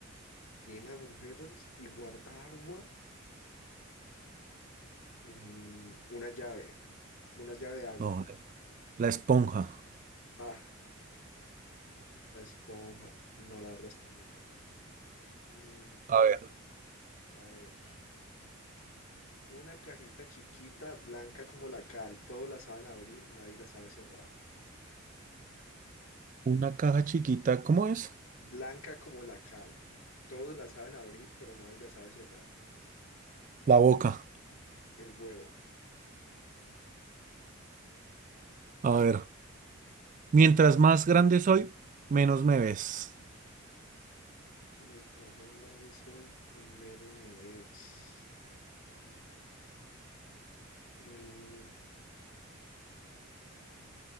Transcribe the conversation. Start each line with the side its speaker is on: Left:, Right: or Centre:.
Left: Tiene agujeros y guarda agua. Mm, una llave. Una llave de agua.
Right: No, la esponja.
Left: Ah, la esponja. No, la abro está re lejos. Mm,
Right: A ver.
Left: a ver. Una cajita chiquita, blanca como la cal. Todos la saben abrir, nadie la sabe cerrar.
Right: Una caja chiquita, ¿cómo es?
Left: Blanca como la cal. Todos la saben abrir, pero nadie la sabe cerrar.
Right: La boca.
Left: El huevo.
Right: A ver. Mientras más grande soy, menos me ves.
Left: Mientras más grande soy, menos me ves. Mm,